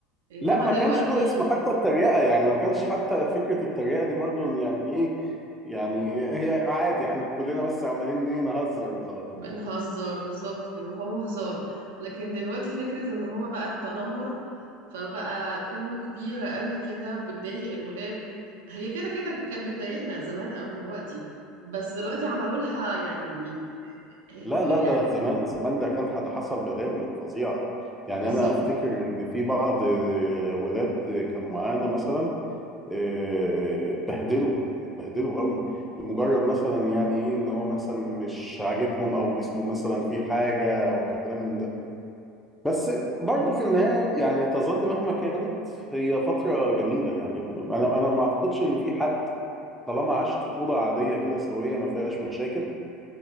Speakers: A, on the right (about 65°); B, in the centre.
A: انما
B: لا ما
A: دلوقتي
B: كانش له اسم حتى التريقه يعني ما كانش حتى فكره التريقه دي برضو يعني ايه يعني هي عادي احنا كلنا بس عمالين ايه نهزر وخلاص
A: بنهزر بالظبط ان هو هزار لكن دلوقتي فكرة ان هو بقى التنمر فبقى كلمة كبيرة قوي كده وبتضايق الولاد هي كده كده كانت بتضايقنا زمان او دلوقتي بس دلوقتي عملوا لها يعني
B: لا
A: يعني
B: لا ده زمان زمان ده كان حد حصل بلاوي فظيعة يعني
A: بالظبط
B: أنا أفتكر إن في بعض آه، ولاد كانوا معانا مثلا آه، اتبهدلوا اتبهدلوا قوي بمجرد مثلا يعني إيه إن هو مثلا مش عاجبهم أو جسمه مثلا فيه حاجة أو كلام من ده بس برضه في النهاية يعني تظل مهما كانت هي فترة جميلة يعني أنا أنا ما أعتقدش إن في حد طالما عاش طفولة عادية كده سوية ما فيهاش مشاكل